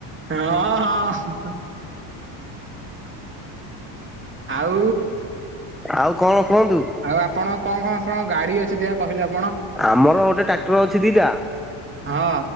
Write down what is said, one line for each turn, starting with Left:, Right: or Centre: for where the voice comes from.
Right: ହଁ ହଁ। ଆଉ।
Centre: ଆଉ କଣ କୁହନ୍ତୁ?
Right: ଆଉ ଆପଣ କଣ କଣ ସବୁ ଗାଡି ଅଛି ଡେଖିଆ କହିଲେ ଆପଣ।
Centre: ଆମର ଗୋଟେ ଟ୍ରାକ୍ଟର ଅଛି ଦିଟା।
Right: ହଁ